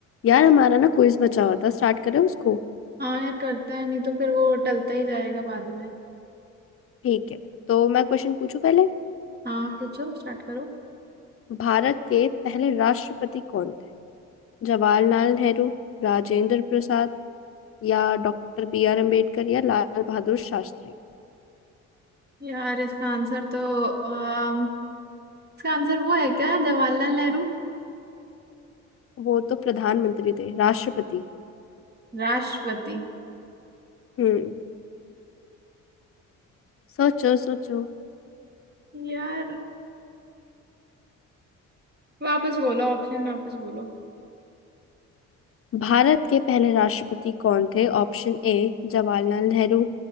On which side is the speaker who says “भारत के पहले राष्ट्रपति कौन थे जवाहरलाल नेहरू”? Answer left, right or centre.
Left